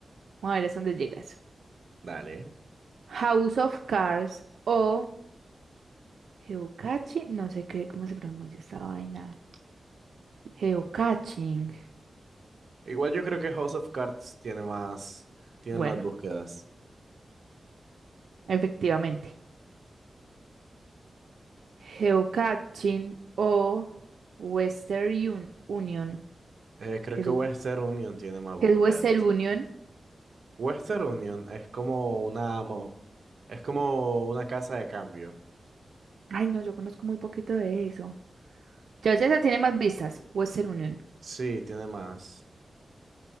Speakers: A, on the right (about 80°); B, on the right (about 55°).
A: Vamos a ver hasta dónde llega eso.
B: Dale.
A: House of Cards o Geocaching. No sé qué, cómo se pronuncia esta vaina. Geocaching.
B: Igual yo creo que House of Cards tiene más, tiene
A: Bueno,
B: más búsquedas.
A: efectivamente. Geocaching o Western Un- Union.
B: Eh, creo
A: ¿Qué
B: que
A: es, u-
B: Western Union tiene más búsquedas.
A: qué es Western Union?
B: Western Union es como una, mo- es como una casa de cambio.
A: Ay, no, yo conozco muy poquito de eso. Ya esa tiene más vistas. Western Union.
B: Sí, tiene más.